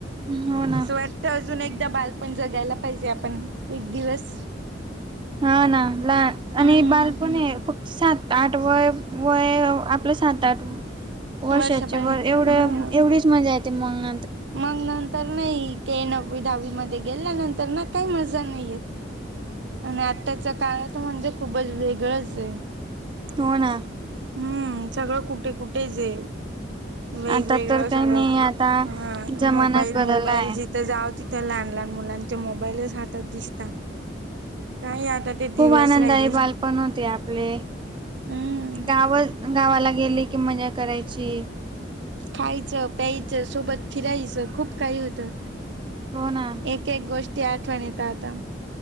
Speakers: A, on the right (about 25°); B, on the right (about 70°).
A: हो ना
B: स्वटत अजून एक <inaudible> दा बालपण जगायला पाहिजे आपण एक दिवस
A: हा ना लहान
B: हम्म
A: आणि बाल पण आहे फक्त सात- आठ वय वय आपलं सात आठ वर्षाच्या
B: वर्षापर्यंत
A: वर
B: हा
A: एवढ एवढीच मजा येते मंग
B: मग नंतर नाही ते न- डावी म गेल्यानंतर ना काही मजा नाहीयेत. आणि आताच्या काळात म्हणजे खूपच वेगळंच ये.
A: होना.
B: हम्म सगळं कुठे कुठेच जे वेगवेगळं
A: आता तर
B: सगळं
A: काही नाही आता
B: हा
A: जमानाच
B: मोबाईल
A: बदलला
B: मोबाईल
A: आहे
B: जिथं जाव तिथं लहान लहान मुलां ते मोबाईलच, जात दिसता <unintelligible> आता ते दिवस
A: खूप आनंदयी
B: राहिले.
A: बालपण होते आपले.
B: हम्म
A: गाव गावाला गेले की मजा करायची
B: खायचं प्यायचं सोबत फिरायचं खूप काही होतं.
A: हो ना
B: एक एक गोष्टी आठवण येत आता-